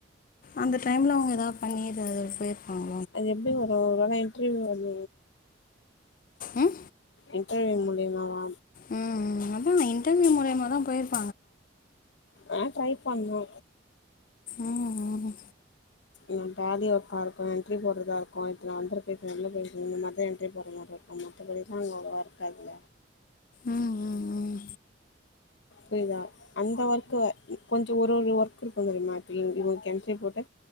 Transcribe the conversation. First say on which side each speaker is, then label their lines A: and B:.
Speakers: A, on the left (about 45°); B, on the left (about 70°).
A: அந்த டைம்ல அவுங்க எதாவ் பண்ணி எதாவது போய்ர்ப்பாங்க
B: அது எப்டி வரு ஒரு வேல இன்ட்ரிவ் வந்
A: உம்
B: இன்டர்வியூ மூல்யமாவா
A: உம் அதா இன்டவியூ மூல்யமா தா போய்ருப்
B: ஆ ட்ரை பண்ணு
A: ம்
B: ம் டாலி ஒர்க்கா இருக்கூ எண்ட்ரி போட்றதா இருக்கூ இப்ப நா வந்துருக்றது வந்து எண்டர்பிரைஸ் இந்த மாறிதா எண்ட்ரி போட்ற மாறி இருக்கூ அ மத்தபடிலா அங்க அவ்ளவா இருக்காது
A: ம் ம்
B: புரிதா அந்த ஒர்க் கொஞ்ச ஒரு ஒரு ஒர்க் இருக்கு தெரியுமா இப்ப இப்டி எண்ட்ரி போட்